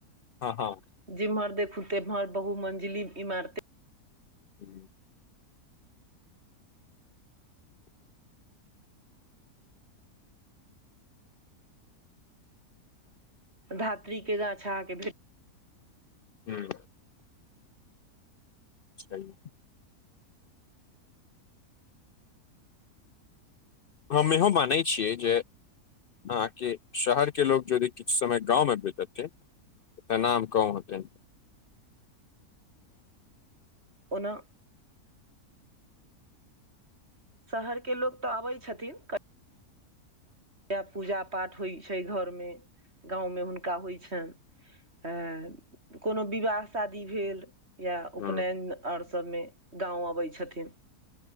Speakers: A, on the left (about 85°); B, on the right (about 40°).
A: हँ हँ।
B: जिम्हर देखू तेम्हर बहु मंजिली इमारते
A: हूँ।
B: धात्री के गाछ आँह के भे
A: हुं। छैहे। हम इहो मानै छियै जे अहाँ के शहर के लोक जदि किछ समय गाँव मे बीतेथिन तऽ नाम कम होतैन।
B: ओना शहर के लोग तऽ अबै छथिन क इए पूजा पाठ होइत छै घरमे गाँवमे हुनका होइ छइन। अं कोनो विवाह शादी भेल या उपनयन
A: ह
B: आर सभमे गाँव अबै छथिन।